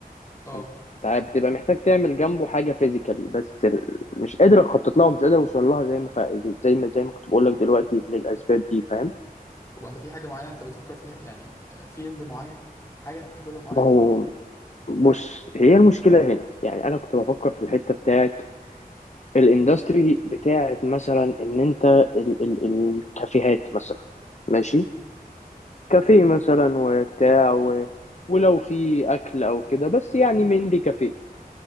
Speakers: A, on the left; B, on the left.
A: اه
B: انت عارف بتبقى محتاج تعمل جنبه حاجه فيزيكالي بس ال- مش قادر اخطط لها ومش قادر اوصل لها زي ما فا- زي ما زي ما كنت بقول لك دلوقتي للاسباب دي فاهم
A: طب انت في حاجه معينه انت بتفكر فيها يعني فيلد معين حاجه انت حاببها معينه
B: ما هو بص هي المشكله هنا يعني انا كنت بفكر في الحته بتاعت الاندستري بتاعت مثلا ان انت ال ال الكافيهات مثلا ماشي
A: مم.
B: كافيه
A: مم.
B: مثلا وبتاع و ولو في اكل او كده بس يعني مين لي كافيه